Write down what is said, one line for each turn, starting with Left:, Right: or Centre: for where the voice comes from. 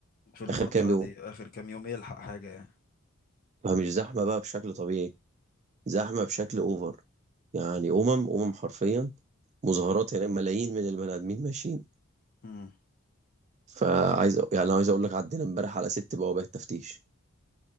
Left: في الفترة
Right: آخر كام يوم
Left: دي آخر كام يوم يلحق حاجة يعني
Right: فمش زحمة بقى بشكل طبيعي زحمة بشكل أوفر يعني أمم أمم حرفيا مظاهرات هناك ملايين من البني آدمين ماشيين
Left: مم.
Right: فعايز أ- يعني أنا عايز أقول لك عدينا امبارح على ست بوابات تفتيش